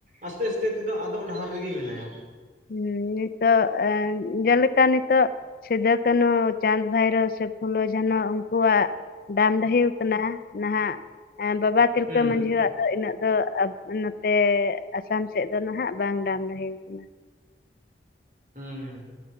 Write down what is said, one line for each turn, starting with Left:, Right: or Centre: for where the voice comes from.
Right: ᱟᱥᱛᱮ ᱟᱥᱛᱮ ᱛᱮᱫᱚ ᱟᱫᱚᱜ ᱰᱟᱦᱟᱨ ᱨᱮᱜᱮ ᱢᱮᱱᱟᱭᱟ᱾
Left: ᱦᱮᱸ ᱱᱤᱛᱚᱜ ᱮ ᱡᱮᱞᱮᱠᱟ ᱱᱤᱛᱚᱜ ᱥᱤᱫᱚ ᱠᱟᱱᱩ ᱪᱟᱸᱫᱽ ᱵᱷᱟᱭᱨᱳ ᱥᱮ ᱯᱷᱩᱞᱳ ᱡᱷᱟᱱᱚ ᱩᱱᱠᱩᱣᱟᱜ ᱰᱟᱢ ᱰᱟᱹᱦᱤᱣ ᱠᱟᱱᱟ ᱱᱟᱦᱟᱜ ᱵᱟᱵᱟ ᱛᱤᱞᱠᱟᱹ
Right: ᱦᱩᱸ
Left: ᱢᱟᱺᱡᱷᱤᱭᱣᱟᱜ ᱤᱱᱟᱹᱜ ᱫᱚ ᱱᱚᱛᱮ ᱟᱥᱟᱢ ᱥᱮᱫ ᱫᱚ ᱱᱟᱦᱟᱜ ᱵᱟᱝ ᱰᱟᱢ ᱰᱟᱦᱮ ᱣᱟᱠᱟᱱᱟ ᱾
Right: ᱦᱩᱸ